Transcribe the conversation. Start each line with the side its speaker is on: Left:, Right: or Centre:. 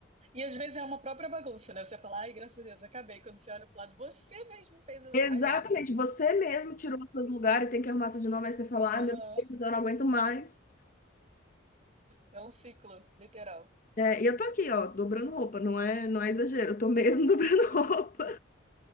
Right: E às vezes é uma própria bagunça, né? Você fala, ai, graças a Deus, acabei. Quando você olha pro lado, você mesmo fez o
Left: Exatamente,
Right: raio da bagunça.
Left: você mesmo tirou os seus lugares, tem que arrumar tudo de novo, aí você fala, ai
Right: Ah,
Left: meu Deus, eu não aguento mais.
Right: é um ciclo, literal.
Left: É, e eu tô aqui, ó, dobrando roupa, não é, não é exagero, eu tô mesmo <laughs> dobrando roupa.